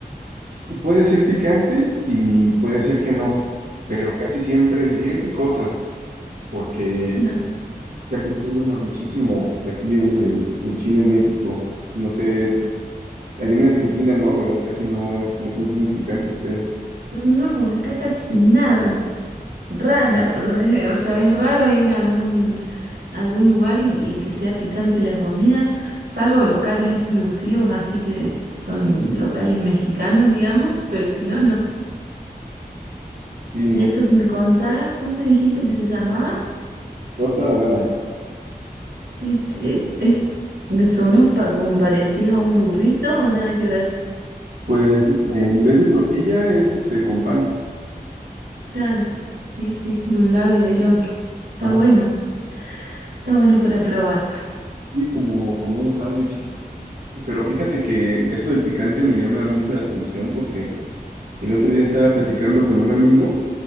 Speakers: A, on the right; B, on the right.
A: puede ser picante y puede ser que no, pero casi siempre es bien picosa porque
B: No.
A: se acostumbran a muchísimo pues, aquí el, el- el chile en México. No sé, allá en Argentina no, ¿verdad? Casi no, no consumen picante ustedes.
B: No, acá casi nada. Rara, re- o sea, es raro ir a algún, a algún lugar y, y que sea picante la comida, salvo locales exclusivos, así que son locales mexicanos, digamos, pero si no, no.
A: Sí, no,
B: ¿Y eso que me contás? ¿Cómo me dijiste que se llamaba?
A: torta ahogada.
B: Este, eh, es- me sonó pa- como parecido a un burrito o nada que ver.
A: Pues eh, en vez de tortilla es este con pan.
B: Claro, sí, sí, de un lado y del otro. Está
A: Ajá.
B: bueno, está bueno para probar.
A: Sí, como, como un sándwich. Pero fíjate que eso del picante me llama mucho la atención porque el otro día estaba platicando con un amigo